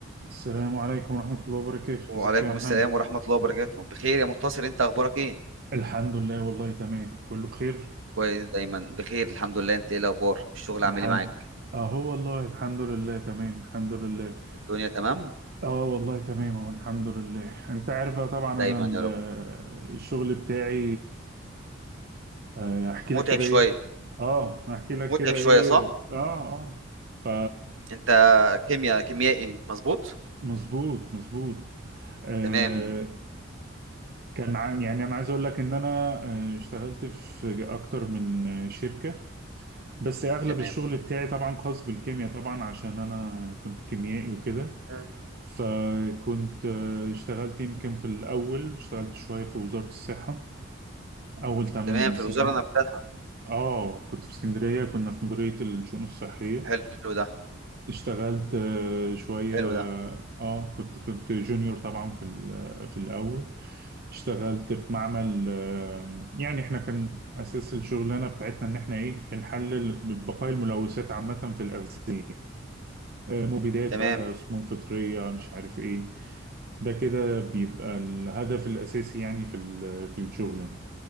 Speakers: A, on the right; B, on the right.
A: السلام عليكم ورحمة الله وبركاته
B: وعليكم
A: ازيك يا محمد
B: السلام ورحمة الله وبركاته بخير يا منتصر انت اخبارك ايه
A: الحمد لله والله تمام كله بخير
B: كويس دايما بخير الحمد لله انت ايه الاخبار الشغل عامل
A: الحمد
B: ايه معاك
A: اهو والله الحمد لله تمام الحمد لله
B: الدنيا تمام
A: اه والله تمام اهو الحمد لله انت عارف بقى طبعا
B: دايما
A: انا ال-
B: يا رب
A: الشغل بتاعي آه، احكي
B: متعب
A: لك كده
B: شوية
A: ايه اه احكي لك
B: متعب
A: كده
B: شوية
A: ايه
B: صح
A: اه اه ف
B: انت كيمياء كيميائي مظبوط
A: مظبوط مظبوط آه،
B: تمام
A: كان ع- يعني انا عايز اقول لك ان انا آه، اشتغلت في اكتر من آه، شركة بس اغلب
B: تمام
A: الشغل بتاعي طبعا خاص بالكيمياء طبعا عشان انا كنت كيميائي وكده
B: مم.
A: فكنت آه، اشتغلت يمكن في الاول اشتغلت شوية في وزارة الصحة اول 8
B: تمام في
A: سنين
B: الوزارة نفسها
A: اه كنت في اسكندرية كنا في مديرية الشؤون الصحية
B: حلو ده
A: اشتغلت آه، شوية
B: حلو ده
A: اه كنت كنت جونيور طبعا في ال- آه، في الاول اشتغلت في معمل آه، يعني احنا كان اساس الشغلانة بتاعتنا ان احنا ايه بنحلل بقايا الملوثات عامة في الاغذية آه، مبيدات
B: تمام
A: بقى سموم فطرية مش عارف ايه ده كده بيبقى الهدف الأساسي يعني في ال- في الشغل يعني.